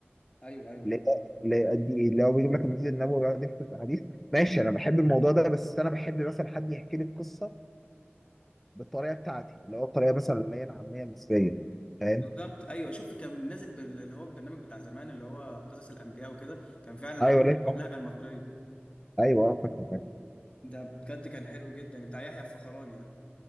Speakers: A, on the left; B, in the centre.
A: ايوه ايوه
B: اللي اللي دي- اللي هو بيجيب لك المسجد النبوي ويقعد يحكي في حديث ماشي انا بحب الموضوع ده بس انا بحب مثلا حد يحكي لي القصه بالطريقه بتاعتي اللي هو الطريقه مثلا اللي هي العاميه المصريه فاهم
A: بالظبط ايوه شوف كان نازل بال- اللي هو البرنامج بتاع زمان اللي هو قصص الانبياء وكده كان فعلا
B: ايوه
A: حلو
B: ليه
A: اللهجه المصريه
B: ايوه آه، فاكر
A: ده بجد كان حلو جدا بتاع يحيى الفخراني ده